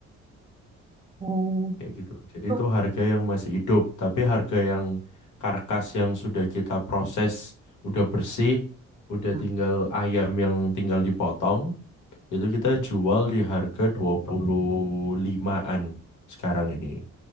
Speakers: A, on the right; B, on the left.
A: Hmm,
B: kayak gitu. Jadi
A: Itu
B: itu harga yang masih hidup, tapi harga yang karkas yang sudah kita proses udah bersih, udah
A: mm,
B: tinggal ayam yang tinggal dipotong, itu kita jual di harga 25-an sekarang ini.